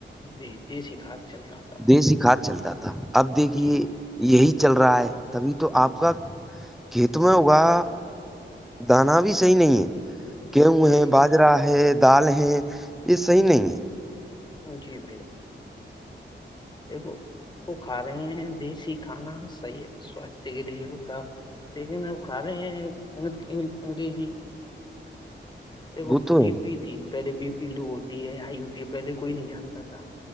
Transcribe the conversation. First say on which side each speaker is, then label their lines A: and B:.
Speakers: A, on the left; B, in the centre.
A: نہیں ج سکھا چل رہا تھا
B: دیسی کھاد چلتا تھا اب دیکھیے
A: جی
B: یہی چل رہا ہے تبھی تو آپ کا کھیت میں ہوگا دانا بھی صحیح نہیں ہے گ ہوئے
A: جی
B: ہیں بات بجرا ہے دال ہے یہ صحیح نہیں ہے
A: جی بھائی جان دیکھو وہ کھا رہے ہیں دیسی کھانا صحیح ہے سواستھ کے لیے وہ تھا لیکن اب کھا رہے ہیں انگریزی دیکھو
B: وہ تو
A: بی پی تھی پہلے بی پی لو ہوتی ہے ہائی ہوتی ہے پہلے کوئی نہیں جانتا تھا